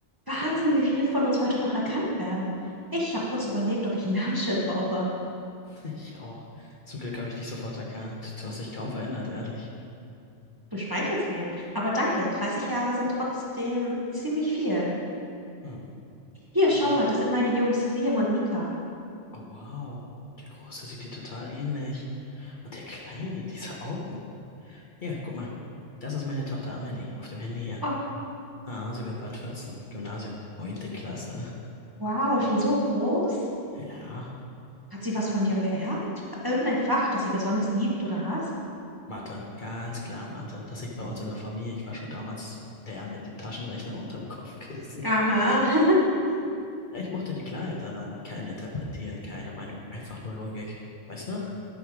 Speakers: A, on the right (about 20°); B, on the left (about 45°).
A: Wahnsinn, wie viele von uns heute noch erkannt werden. Ich habe kurz überlegt, ob ich ein <laughs> Namensschild brauche.
B: Ich auch. Zum Glück habe ich dich sofort erkannt. Du hast dich kaum verändert, ehrlich.
A: Du schmeichelst mir. Aber danke, 30 Jahre sind trotzdem ziemlich viel.
B: Hm.
A: Hier,
B: Ja.
A: schau mal, das sind meine Jungs, Liam und Mika.
B: Oh, wow. Der Große sieht dir total ähnlich. Und der Kleine, diese Augen. Ja, guck mal. Das ist meine Tochter Amelie auf dem Handy hier.
A: Oh,
B: Ah, sie wird bald 14. Gymnasium. Neunte Klasse.
A: wow, schon so groß?
B: Ja.
A: Hat sie was von dir geerbt? Irgendein Fach, das sie besonders liebt oder hasst?
B: Mathe. Ganz klar Mathe. Das liegt bei uns in der Familie. Ich war schon damals der mit dem Taschenrechner unterm Kopfkissen.
A: Aha. <laughs>
B: Ja, Ich mochte die Klarheit daran. Kein Interpretieren, keine Meinung. Einfach nur Logik. Weißt du noch?